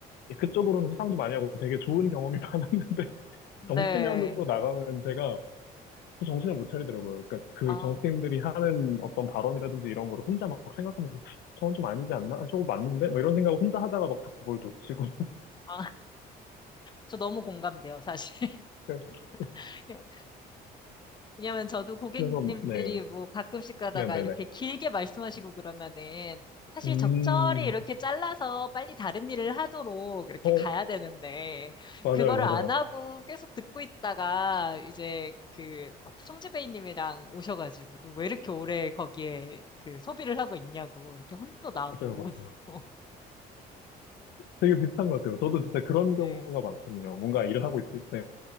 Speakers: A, on the left; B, on the left.
A: 예, 그쪽으로는 수상도 많이 하고 되게 좋은 경험이 <laughs> 많았는데
B: 네.
A: 정치면으로 나가면 제가 또 정신을 못 차리더라고요. 그러니까 그
B: 아,
A: 정치인들이 하는 어떤 발언이라든지 이런 거를 혼자 막 생각하면서 저건 좀 아니지 않나? 아, 저거 맞는데? 막 이런 생각을 혼자 하다가 막 자꾸 뭘 놓치고.
B: 아, 저 너무 공감돼요, 사실.
A: <laughs>
B: <laughs> 왜냐면 저도 고객님들이
A: 그래서 네,
B: 뭐 가끔씩 가다가
A: 네, 네,
B: 이렇게
A: 네.
B: 길게 말씀하시고 그러면은 사실
A: 음,
B: 적절히 이렇게 잘라서 빨리 다른 일을 하도록 이렇게
A: 어,
B: 가야 되는데
A: 맞아요,
B: 그거를
A: 맞아요,
B: 안 하고 계속 듣고 있다가 이제 그 막 송지배이님이랑 오셔가지고 너 왜 이렇게 오래 거기에 그 소비를 하고 있냐고 이렇게 혼도 나고.
A: 맞아요, 맞아요.
B: <laughs>
A: 되게 비슷한 것 같아요. 저도 진짜 그런 경우가
B: 네.
A: 많거든요. 뭔가 일을 하고 있을 때